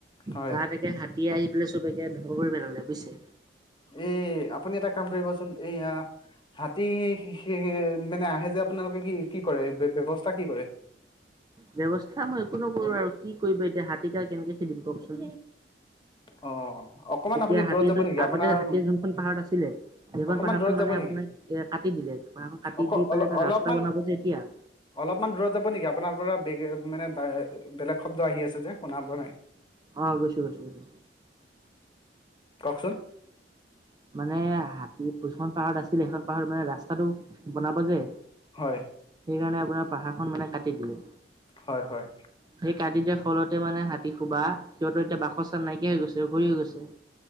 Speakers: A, on the left; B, on the right.
A: হয়
B: তাত এতিয়া হাতী আহি পেলাই চব ধংস কৰি পেলালে। বুজিছে।
A: এ আপুনি এটা কাম কৰিবচোন এয়া হাতী সেই মানে আহে যে আপোনালোকে কি কৰে ব্যৱস্থা কি কৰে
B: ব্যৱস্থা মই একো নকৰো আৰু কি কৰিব এতিয়া হাতীক আৰু কেনেকে খেদিম কওকচোন।
A: অ অকমান
B: তেতিয়া
A: আপুনি
B: হাতীয়ে
A: দূৰত যাব
B: যত
A: নেকি
B: আগতে
A: আপোনাৰ
B: হাতীয়ে যোনখন পাহাৰ আছিলে সেইখন
A: অকমান
B: পাহাৰখন
A: দূৰত
B: মানে
A: যাব
B: আপোনাক
A: নেকি
B: এ কাটি দিলে পাহাৰ খন কাটি
A: অক
B: দি পেলাই
A: অল
B: তাত
A: অলপমান
B: ৰাস্তা বনাব যে এতিয়া
A: অলপমান দূৰত যাব নিকি আপোনাৰ পৰা বেগ মানে বেলেগ শব্দ আহি আছে যে শুনা পোৱা নাই।
B: অ গৈছোঁ গৈছোঁ গৈছোঁ
A: কওকচোন।
B: মানে হাতী যোনখন পাহাৰত আছিলে সেইখন পাহাৰত মানে ৰাস্তাটো বনাব যে,
A: হয়।
B: সেইকাৰণে আপোনাৰ পাহাৰখন মানে কাটি দিলে।
A: হয় হয়।
B: সেই কাটি দিয়াৰ ফলতে মানে হাতী শুবা সিহঁতৰ এতিয়া বাসস্হান নাইকিয়া হৈ গৈছে অঘৰী হৈ গৈছে।